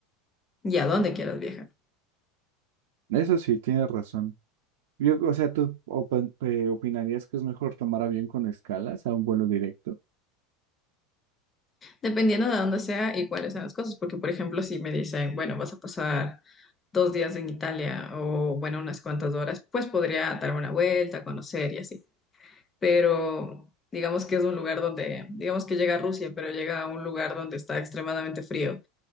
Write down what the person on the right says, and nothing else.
Eso sí, tienes razón. Yo, o sea, ¿tú opin- eh, opinarías que es mejor tomar avión con escalas a un vuelo directo?